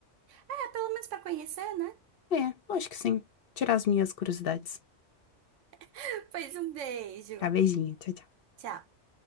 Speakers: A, on the right; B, on the left.
A: É, pelo menos para conhecer, né?
B: É, eu acho que sim. Tirar as minhas curiosidades.
A: <laughs> Pois um beijo.
B: Tá, beijinho. Tchau, tchau.
A: Tchau.